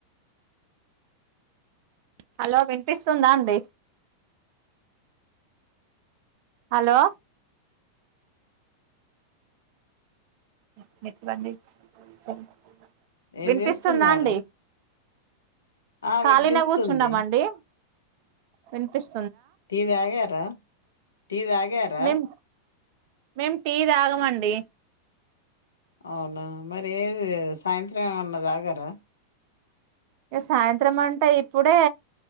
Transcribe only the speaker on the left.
ఏం
చేస్తున్నారు
ఆ
వినిపిస్తుంది
టీ దాగార టీ దాగార
అవునా మరి ఏది సాయంత్రం ఏమన్నా దాగరా